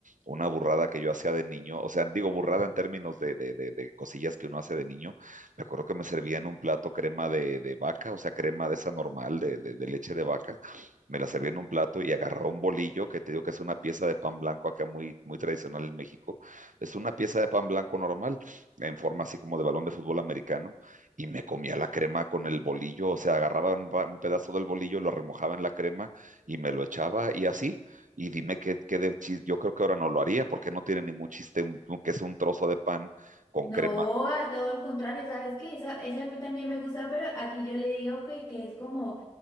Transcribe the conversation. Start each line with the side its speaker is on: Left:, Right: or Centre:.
Right: una burrada que yo hacía de niño, o sea, digo burrada en términos de, de, de- de cosillas que uno hace de niño. Me acuerdo que me servían un plato crema de, de vaca, o sea, crema de esa normal, de, de de leche de vaca me la servía en un plato y agarraba un bolillo, que te digo que es una pieza de pan blanco acá muy, muy tradicional en México. Es una pieza de pan blanco normal, en forma así como de balón de fútbol americano, y me comía la crema con el bolillo, o sea, agarraba un, pa- un pedazo del bolillo, lo remojaba en la crema y me lo echaba y así. Y dime qué, qué de chis- yo creo que ahora no lo haría porque no tiene ningún chiste un- un- que es un trozo de pan con
Left: No,
Right: crema.
Left: a todo el contrario, ¿sabes qué? Esa, esa a mí también me gusta, pero aquí yo le digo que, que es como